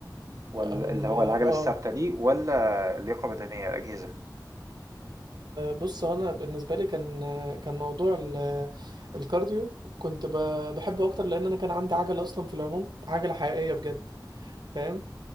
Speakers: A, on the right; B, on the right.
A: والّا
B: أم...
A: اللي هو
B: آه
A: العجلة الثابتة دي والّا لياقة بدنية الأجهزة؟
B: بص هو انا بالنسبه لي كان كان موضوع ال- الكارديو كنت ب- بحبه اكتر لان انا كان عندي عجله اصلا في العموم عجله حقيقيه بجد فاهم